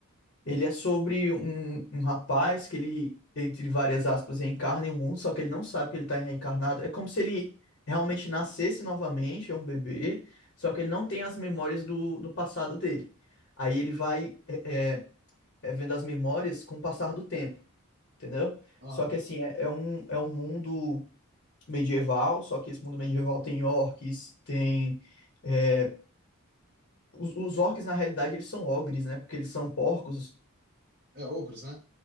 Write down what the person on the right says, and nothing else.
Aham.
É Ogros, né?